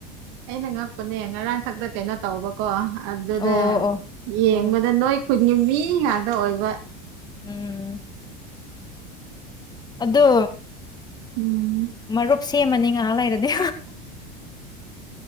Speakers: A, on the right; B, on the left.
A: ꯑꯩꯅ ꯉꯛꯄꯅꯦ ꯉꯔꯥꯡ ꯁꯛꯇ ꯀꯩꯅꯣ ꯇꯧꯕꯀꯣ ꯑꯗꯨꯗ
B: ꯑꯣ ꯑꯣ
A: ꯌꯦꯡꯕꯗ
B: ꯑꯣ
A: ꯅꯣꯏ ꯈꯨꯗꯤꯡ ꯃꯤ ꯉꯥꯛꯇ ꯑꯣꯏꯕ
B: ꯎꯝ ꯑꯗꯣ
A: ꯎꯝ
B: ꯃꯔꯨꯞ ꯁꯦꯝꯃꯅꯤ ꯉꯥꯏꯍꯥꯛ ꯂꯩꯔꯗꯤ